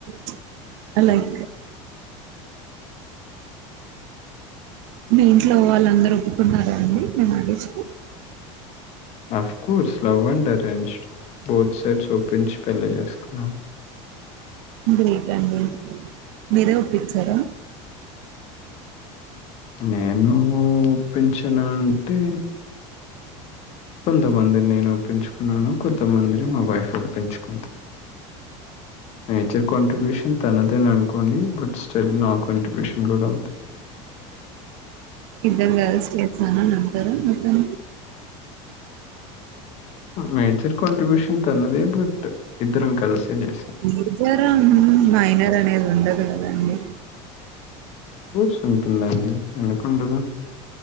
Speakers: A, on the right; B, on the left.
A: ప్చ్ అ లైక్ మీ ఇంట్లో వాళ్ళందరూ ఒప్పుకున్నారా అండి మీ మ్యారేజ్ కి
B: of course love and arranged both sides ఓప్పించి పెళ్ళి చేసుకున్నాం
A: గ్రేట్ అండి మీరే ఒప్పిచ్చారా
B: నేను ఒప్పించిన అంటే
A: <unintelligible>
B: కొంతమందిని నేను ఒప్పించుకున్నాను, కొంతమందిని మా వైఫ్ ఒప్పించుకుంది. నేచర్ కాంట్రిబ్యూషన్ తనదేననుకోండి బట్ స్టిల్ నా కంట్రిబ్యూషన్ గూడా ఉంది.
A: ఇద్దరు గలిసి జేచ్చారానన్ ద్దరం మొత్తం
B: మేజర్ కాంట్రిబ్యూషన్ తనదే బట్ ఇద్దరం కలిసే చేశాం.
A: ఇద్దరం మైనర్ అనేద్ ఉండదు కదా అండి
B: అఫ్కోర్స్ ఉంటుందండి ఎందుకు ఉండదు